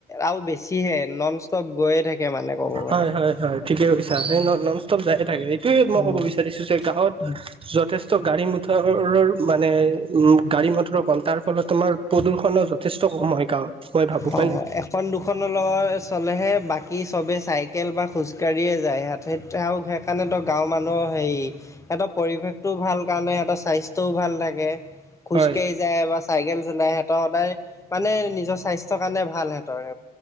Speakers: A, on the left; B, on the right.
A: আৰু বেছিহে নন ষ্টপ গৈয়ে থাকে মানে ক'ব গ'লে।
B: হয় হয় ঠিকে কৈছা সেই নন'ষ্টপ যাইয়ে থাকে এইটোয়ে মই
A: উম,
B: ক'ব বিচাৰিছো যে গাঁৱত।
A: উম।
B: যথেষ্ট গাড়ী মটৰৰ মানে উম গাড়ী মটৰ কম তাৰ ফলত তোমাৰ। প্ৰদূ্ষণো যথেষ্ট কম হয় গাঁৱত মই ভাবো
A: অ',
B: হয়নে।
A: এখন দুখনন <unintelligible> চলে বাকী চবে চাইকেল বা খোজকাঢ়িয়ে যায়। <unintelligible> <unintelligible> আৰু সেইকাৰণেতো গাঁৱৰ মানুহৰ হেৰি। সিহঁতৰ পৰিৱেশটোও ভাল কাৰণে, সিহঁতৰ স্বাস্থ্য়ও ভাল থাকে। খোজ
B: হয়
A: কাঢ়ি যায় বা চাইকেল চলাই সিহঁতৰ সদায় মানে নিজৰ স্বাস্থ্যৰ কাৰণে ভাল সিহঁতৰ <unintelligible>